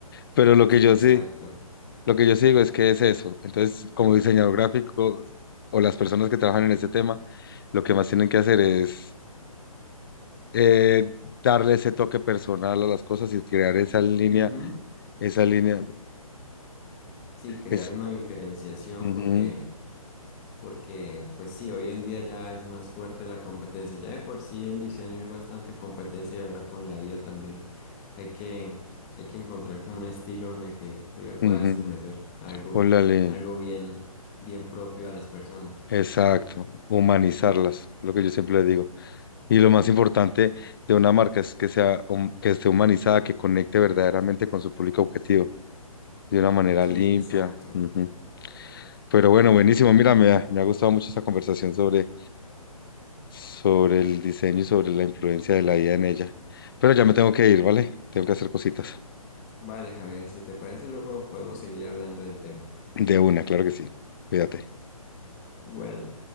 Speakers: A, on the left (about 40°); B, on the left (about 20°).
A: Pero lo que
B: Sí,
A: yo sí,
B: exacto.
A: Lo que yo sí digo es que es eso. Entonces, como diseñador gráfico o las personas que trabajan en ese tema, lo que más tienen que hacer es eh, darle ese toque personal a las cosas y crear esa línea,
B: Ujú.
A: esa línea,
B: Sí, crear
A: es,
B: una diferenciación
A: ujú,
B: porque porque pues sí, hoy en día ya es más fuerte la competencia. Ya de por sí en diseño hay bastante competencia y ahora con la IA también hay que, hay que encontrar como un estilo en el que tú le puedas
A: ujú.
B: ofrecer algo,
A: Ólale,
B: algo bien, bien propio a las personas.
A: exacto, humanizarlas, lo que yo siempre le digo. Y lo más importante de una marca es que sea, hum- que esté humanizada, que conecte verdaderamente con su público objetivo de una manera
B: Sí,
A: limpia.
B: exacto.
A: Ujú. Pero bueno, buenísimo. Mira, me ha, me ha gustado mucho esta conversación sobre, sobre el diseño y sobre la influencia de la IA en ella. Pero ya me tengo que ir, ¿vale? Tengo que hacer cositas.
B: Vale, Javier, si te parece, luego podemos seguir hablando del tema.
A: De una, claro que sí. Cuídate.
B: Igual.